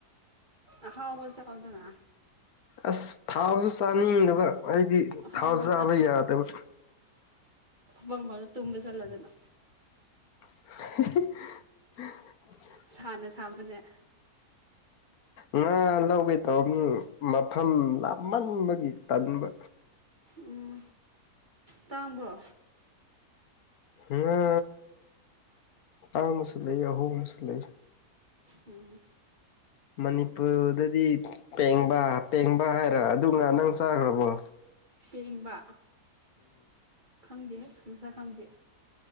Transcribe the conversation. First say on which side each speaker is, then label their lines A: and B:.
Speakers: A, on the right (about 30°); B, on the left (about 70°).
A: ꯑꯍꯥꯎꯕ ꯆꯥꯎꯗꯅ
B: ꯑꯁ ꯊꯥꯎꯁꯨ ꯆꯥꯅꯤꯡꯗꯕ ꯑꯩꯗꯤ
A: ꯑꯍꯥꯎꯕ
B: ꯊꯥꯎ ꯆꯥꯕ ꯌꯥꯗꯕ
A: ꯕꯪ ꯕ ꯇꯨꯝꯕ ꯆꯠꯂꯣꯗꯅ
B: <unintelligible>
A: ꯁꯥꯅ ꯁꯥꯕꯅꯦ
B: ꯉꯥ ꯂꯧꯒꯦ ꯇꯧꯕꯅꯤ ꯃꯐꯝ ꯂꯥꯞꯃꯟꯕꯒꯤ ꯇꯟꯕ
A: ꯎꯝ ꯇꯥꯡꯕ꯭ꯔꯣ
B: ꯉꯥ ꯇꯥꯡꯕꯁꯨ ꯂꯩ ꯑꯍꯣꯡꯕꯁꯨ ꯂꯩ
A: ꯎꯝ
B: ꯃꯅꯤꯄꯨꯔꯗꯗꯤ ꯄꯦꯡꯕ ꯄꯦꯡꯕ ꯍꯥꯏꯔ ꯑꯗꯨ ꯉꯥꯗꯨ ꯅꯪ ꯆꯥꯒ꯭ꯔꯕꯣ
A: ꯄꯦꯡꯕ ꯈꯪꯗꯦꯍꯦ ꯃꯁꯛ ꯈꯪꯗꯦ